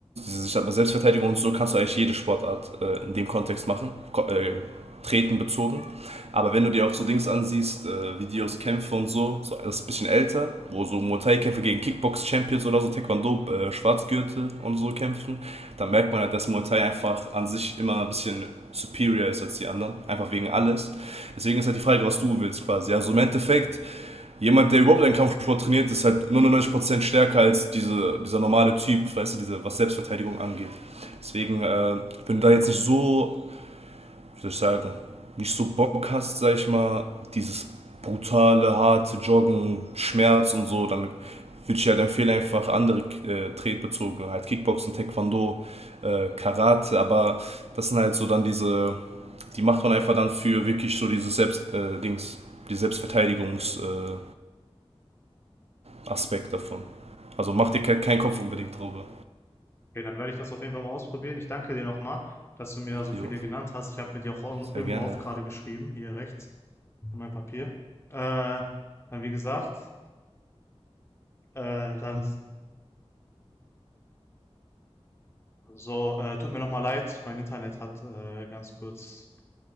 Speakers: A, on the right; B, on the left.
A: diese- ich sag mal, Selbstverteidigung und so, kannst du eigentlich jede Sportart äh, in dem Kontext machen, ko äh, treten bezogen. Aber wenn du dir auch so Dings ansiehst, äh, Videos, Kämpfe und so, so das ist ein bisschen älter, wo so Muay Thai-Kämpfe gegen Kickbox-Champions oder so, Taekwondo, äh, Schwarzgürtel und so kämpfen, dann merkt man halt, dass Muay Thai einfach an sich immer ein bisschen superior ist als die anderen, einfach wegen alles. Deswegen ist halt die Frage, was du willst quasi. Also im Endeffekt, jemand, der überhaupt einen Kampfsport trainiert, ist halt 99% stärker als diese, dieser normale Typ, weißt du, diese, was Selbstverteidigung angeht. Deswegen, äh, wenn du da jetzt nicht so, wie soll ich sagen, nicht so Bock hast, sag ich mal, dieses brutale, harte Joggen, Schmerz und so, dann würde ich halt empfehlen, einfach andere äh, Tretbezogene, halt Kickboxen, Taekwondo, äh, Karate, aber das sind halt so dann diese, die macht man einfach dann für wirklich so dieses Selbst, äh, Dings, die Selbstverteidigungs, äh, Aspekt davon. Also mach dir keinen Kopf unbedingt drüber.
B: Okay, dann werde ich das auf jeden Fall mal ausprobieren. Ich danke dir nochmal, dass du mir da so
A: Jo,
B: viele genannt hast. Ich habe mir die auch irgend-
A: sehr
B: irgendwo
A: gerne.
B: auf gerade geschrieben, hier rechts, in meinem Papier. Äh, dann wie gesagt, äh, dann so, äh, tut mir nochmal leid, mein Internet hat äh, ganz kurz